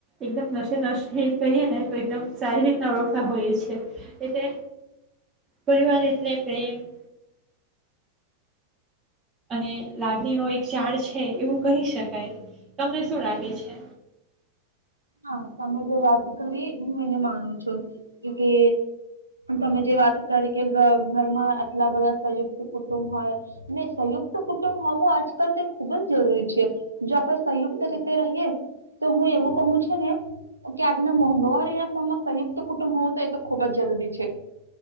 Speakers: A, on the right; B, on the right.
A: એકદમ નશે ન કહીએ ને તો એકદમ સારી રીતના ઓળખતા હોઈએ છે એટલે પરિવાર એટલે પ્રેમ <inaudible> અને લાગણીનો એક ચડ છે એવું કહી શકાય તમને શું લાગે છે
B: હા તમે જે વાત કરી હું એને માનું છું કે તમે જે વાત કરી કે ઘરમાં આટલા બધા સંયુક્ત કુટુંબ હોય ને સંયુક્ત કુટુંબ હોવું આજકાલ તે ખુબ જ જરૂરી છે જો આપણે સંયુક્ત રીતે રહીએ તો હું એવું કહું છું <unintelligible> કે આજના મોંઘવારીના સમમાં સંયુક્ત કુટુંબ હોવું તો એ તો ખુબ જ જરૂરી છે